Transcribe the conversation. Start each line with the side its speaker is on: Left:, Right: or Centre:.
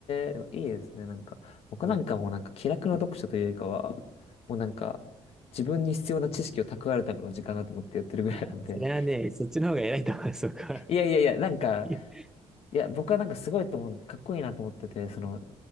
Left: えでもいいですね。なんか、僕なんかもうなんか気楽な読書というよりかは、
Centre: うん。
Left: もうなんか、自分に必要な知識を蓄えるための時間だと思ってやってるぐらいなんで。
Centre: いや、それはね、そっちの方が偉いと思います、僕は。
Left: いやいやいや、なんか、
Centre: <laughs>
Left: いや、僕はなんかすごいと思うんで、かっこいいなと思ってて、その、